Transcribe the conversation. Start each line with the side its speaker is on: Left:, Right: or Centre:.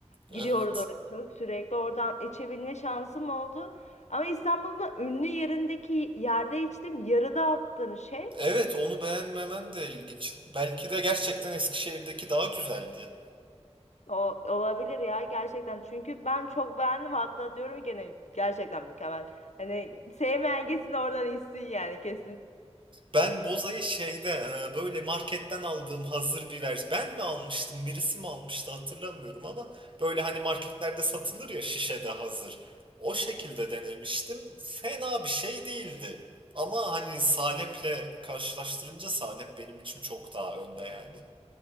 Right: Evet.
Left: gidiyoruz oraya çok. Sürekli oradan içebilme şansım oldu. Ama İstanbul'un da ünlü yerindeki yerde içtim. Yarıda attığım şey
Right: Evet onu beğenmemen de ilginç. Belki de gerçekten Eskişehir'deki daha güzeldi.
Left: o olabilir ya gerçekten. Çünkü ben çok beğendim. Hatta diyorum gene gerçekten mükemmel. Hani sevmeyen gitsin oradan içsin yani kesin.
Right: Ben bozayı şeyde e, böyle marketten aldığım hazır bir vers. Ben mi almıştım, birisi mi almıştı hatırlamıyorum ama böyle hani marketlerde satılır ya şişede hazır. O şekilde denemiştim. Fena bir şey değildi. Ama hani Salep'le karşılaştırınca Salep benim için çok daha önde yani.